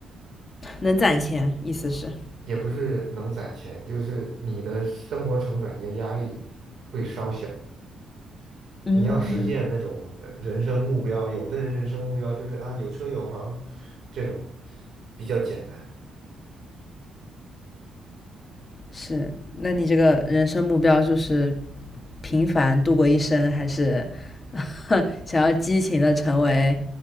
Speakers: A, on the left; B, on the right.
A: 能攒钱，意思是？
B: 也不是能攒钱，就是你的生活成本跟压力会稍小。
A: 嗯，
B: 你要实现那种呃人生目标，有的人人生目标就是啊有车有房，这种比较简单。
A: 是。那你这个人生目标就是平凡度过一生，还是 <laughs> 想要激情的成为